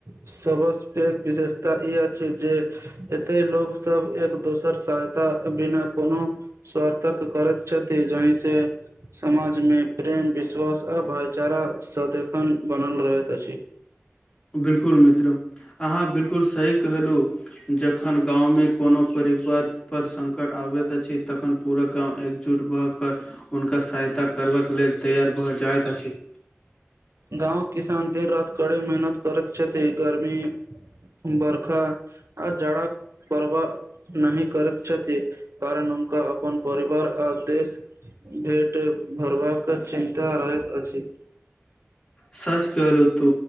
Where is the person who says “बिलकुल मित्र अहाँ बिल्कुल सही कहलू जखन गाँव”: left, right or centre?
Left